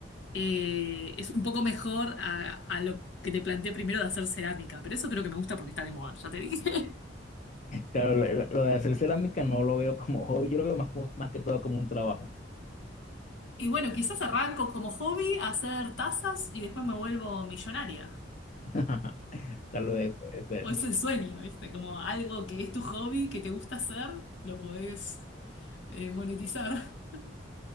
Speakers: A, on the left (about 80°); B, on the left (about 40°).
A: eh, es un poco mejor a, a lo que te planteé primero de hacer cerámica, pero eso creo que me gusta porque está de moda, ya te dije. <laughs>
B: Claro, lo, lo- lo de hacer cerámica no lo veo como hobby, yo lo veo más, como- más que todo como un trabajo.
A: Y bueno, quizás arranco como hobby a hacer tazas y después me vuelvo millonaria.
B: <laughs> Tal vez puede ser.
A: O es el sueño, ¿viste? Como algo que es tu hobby, que te gusta hacer, lo podés eh, monetizar. <laughs>